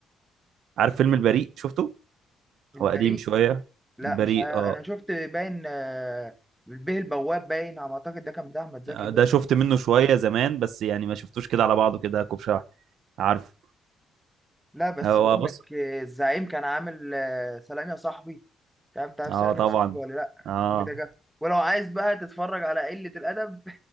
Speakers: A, on the right (about 75°); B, in the centre.
A: عارف فيلم البريء شفته
B: البريء
A: هو قديم شويه
B: لا
A: البريء
B: مش عارف
A: اه
B: انا شفت باين آه، البيه البواب باين على ما اعتقد ده كان بتاع احمد زكي
A: آه،
B: باين
A: ده شفت منه شويه زمان بس يعني ما شفتوش كده على بعضه كده كوب شرح عارف
B: لا بس
A: هو
B: بقول
A: بص
B: لك آه، الزعيم كان عامل آه، سلام يا صاحبي مش عارف انت عارف
A: اه
B: سلام
A: طبعا
B: يا صاحبي ولا لا
A: اه
B: الفيلم ده جاب ولو عايز بقى تتفرج على قلة الأدب